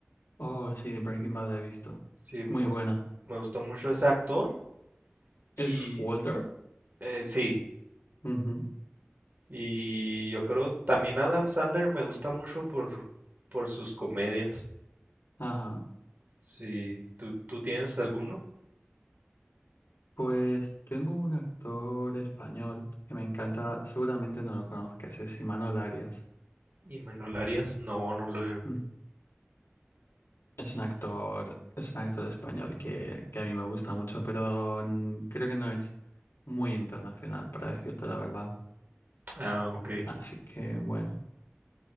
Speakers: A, on the left; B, on the right.
A: Oh, sí, Breaking Bad la he visto.
B: Sí, me,
A: Muy
B: gust-
A: buena.
B: me gustó mucho ese actor y
A: Es Walter.
B: eh, sí,
A: Ujú,
B: y yo creo también Adam Sandler me gusta mucho por, por sus comedias.
A: Ajá.
B: Sí, ¿tú, tú tienes alguno?
A: Pues tengo un actor español que me encanta, seguramente no lo conozcas, es Imanol Arias.
B: ¿Y me lo harías? No, no lo... veo.
A: Mm. Es un actor, es un actor español que, que a mí me gusta mucho, pero mm, creo que no es muy internacional, para decirte la verdad.
B: Ah, ok.
A: Así que bueno.